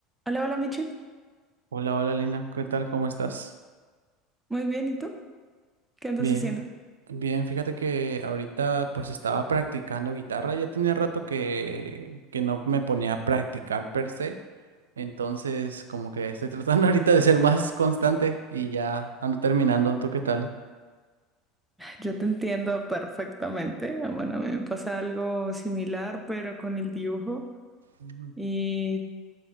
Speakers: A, in the centre; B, on the right.
A: Hola, hola Michelle.
B: Hola, hola Lina, ¿qué tal? ¿Cómo estás?
A: Muy bien, ¿y tú? ¿Qué andas
B: Bien,
A: haciendo?
B: bien, fíjate que ahorita pues estaba practicando guitarra, ya tenía rato que, que no me ponía a practicar per se, entonces como que estoy tratando <laughs> ahorita de ser más constante y ya ando terminando, ¿tú qué tal?
A: Yo te entiendo perfectamente. Ah, Bueno, a mí me pasa algo similar, pero con el dibujo.
B: Ujú.
A: Y